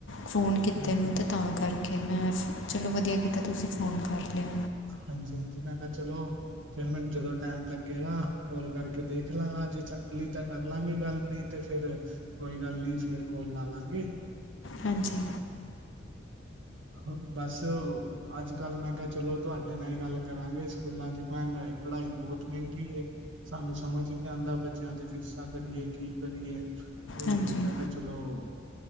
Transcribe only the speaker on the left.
ਫੋਨ ਕੀਤੇ
ਨੂੰ ਅਤੇ ਤਾਂ ਕਰਕੇ ਮੈਂ ਚਲੋ ਵਧੀਆ ਕੀਤਾ ਤੁਸੀਂ ਫੋਨ ਕਰ ਲਓ
ਹਾਂਜੀ
ਹਾਂਜੀ